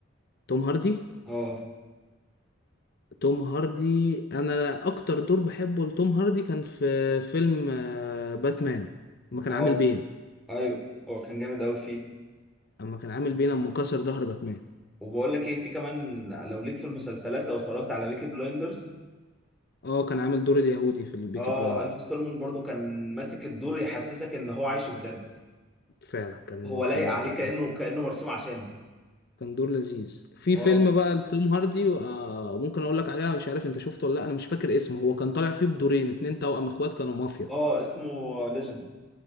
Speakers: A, on the left (about 55°); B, in the centre.
A: توم هاردي
B: اه
A: توم هاردي انا اكتر دور بحبه لتوم هاردي كان في فيلم آه، باتمان لما كان
B: اه
A: عامل بين
B: ايوه هو كان جامد قوي فيه
A: اما كان عامل بيه لما كسر ظهر باتمان
B: وبقول لك ايه في كمان لو ليك في المسلسلات لو اتفرجت على بيكي بلايندرز
A: اه كان عامل دور اليهودي في البيكي
B: اه
A: بلايندر
B: الف سولمون برضو كان ماسك الدور يحسسك ان هو عايشه بجد
A: فعلا كان
B: هو لايق
A: كان
B: عليه كانه كانه مرسوم عشانه
A: كان دور لذيذ في
B: اه
A: فيلم بقى لتوم هاردي آه ممكن اقول لك عليها مش عارف انت شفته ولا لا انا مش فاكر اسمه هو كان طالع فيه بدورين اتنين توأم اخوات كانوا مافيا
B: اه اسمه ليجند